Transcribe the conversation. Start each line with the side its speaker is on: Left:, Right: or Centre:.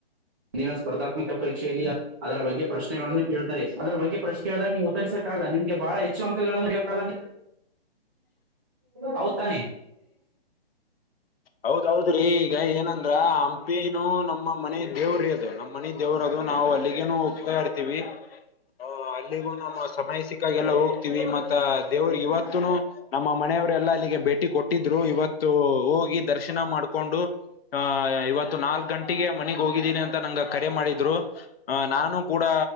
Right: ಅಲ್ಲಿನ ಸ್ಪರ್ಧಾತ್ಮಕ ಪರೀಕ್ಷೆಯಲ್ಲಿ ಅದರ ಬಗ್ಗೆ ಪ್ರಶ್ನೆಗಳನ್ನು ಕೇಳ್ತಾರೆ. ಅದ್ರ ಬಗ್ಗೆ ಪ್ರಶ್ನೆ ಕೇಳಿದಾಗ ನೀವು ಉತ್ತರಿಸಕ್ಕಲ್ಲ ನಿಮ್ಗೆ ಬಹಳ ಹೆಚ್ಚು ಅಂಕಗಳನ್ನು ಪಡಿಯೋಕ್ಕ್ ಹೌದತಾನೆ
Left: ಹೌದೌದ್ರಿ ಈಗ ಏನಂದ್ರೆ ತಿನು ನಮ್ಮ ಮನೆ ದೇವ್ರ ಅದು ನಮ್ಮ ಮನೆ ದೇವ್ರ ಅದು ನಾವು ಅಲ್ಲಿಗೇನು ಹೋಗ್ತಾ ಇರ್ತೀವಿ. ಆ ಅಲ್ಲಿಗೂ ನಮ್ಮ ಸಮಯ ಸಿಕ್ಕಾಗೆಲ್ಲ ಹೋಗ್ತೀವಿ ಮತ್ತೆ ದೇವ್ರಿಗೆ ಇವತ್ತುನು ನಮ್ಮ ಮನೆಯವರೆಲ್ಲಾ ಅಲ್ಲಿಗೆ ಭೇಟಿ ಕೊಟ್ಟಿದ್ರು ಇವತ್ತು ಹೋಗಿ ದರ್ಶನ ಮಾಡ್ಕೊಂಡು ಹ ಇವತ್ತು ನಾಲ್ಕ್ ಗಂಟೆಗೆ ಮನೆಗ್ ಹೋಗಿದ್ದೀನಿ ಅಂತ್ ನಂಗ ಕರೆ ಮಾಡಿದ್ರು ನಾನು ಕೂಡ